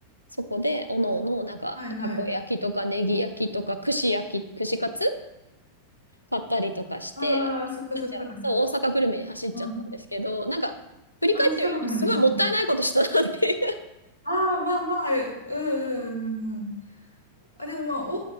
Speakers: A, on the left; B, on the right.
A: そこで、おのおの、なんか、
B: ーはいはい。
A: たこ焼きとか、ネギ焼きとか、串焼き、串カツ買ったりとかして、
B: ああ、そっかそっか。
A: 私たちはそう大阪グルメに走っちゃったんですけど、
B: うん。
A: なんか、振り返ってみるとすごいもったいないことしたなっていう。
B: あ、そうなんですね。ああ、まあまあ、うんうんうんうん。あ、でもまあ、大阪